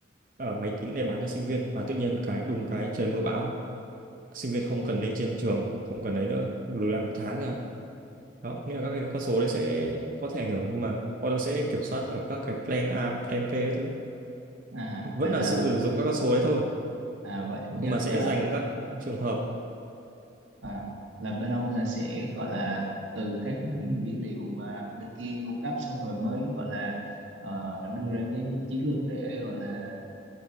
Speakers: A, on the right (about 45°); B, on the right (about 85°).
A: ờ, máy tính để bán cho sinh viên mà tự nhiên cái đùng cái trời mưa bão sinh viên không cần lên trên trường không cần ấy nữa lùi lại một tháng ạ đó nghĩa là các cái con số đấy sẽ có thể ảnh hưởng nhưng mà bọn tôi sẽ kiểm soát ở các cái plan A plan B các thứ
B: à
A: vẫn
B: vậy là
A: là sử dụng các con số đấy thôi
B: à, vậy dạ,
A: nhưng mà sẽ
B: dạ,
A: dành các trường hợp
B: à, là bên ông là sẽ gọi là từ các dữ liệu mà bên kia cung cấp xong rồi mới gọi là ờ, đưa ra cái chiến lược để gọi là